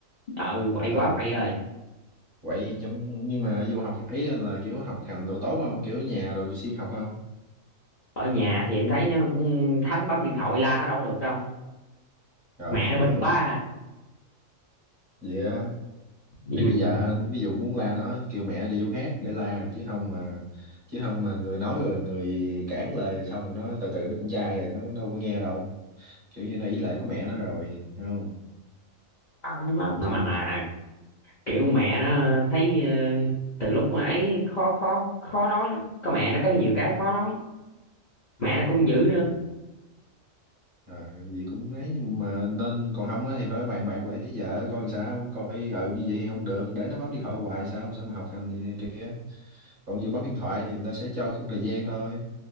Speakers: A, on the left (about 40°); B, on the right (about 40°).
A: Ừ, quậy
B: à,
A: quá quậy ơi.
B: quậy giống nhưng mà vô học ấy là kiểu học hành đồ tốt không kiểu nhà đồ siêng học không
A: Ở nhà thì em thấy nó cũng thánh bấm điện thoại la nó đâu có được đâu.
B: rồi
A: Mẹ nó bình
B: hiểu
A: quá. à.
B: vậy á,
A: Ừ.
B: thì bây giờ ví dụ muốn la nó kêu mẹ đi chỗ khác để la chứ không mà chứ không mà người nói rồi người cản lời xong nó từ từ nó cũng chai rồi nó nó đâu có nghe đâu kiểu như nó ỷ lại có mẹ nó rồi hiểu không
A: Mà, mà
B: chứ
A: mà kiểu mẹ nó thấy ờ, từ lúc mà ấy khó khó khó nói lắm. Có mẹ nó có nhiều cái khó nói. Mẹ nó cũng
B: ừ.
A: dữ nữa.
B: À, vậy cũng ấy nhưng mà nên còn không á thì phải bàn bạc lại với vợ coi làm sao coi ừ như vậy thì không được để nó bấm điện thoại hoài sao sao mà học hành gì nè còn ví dụ bấm điện thoại thì người ta sẽ cho khung thời gian thôi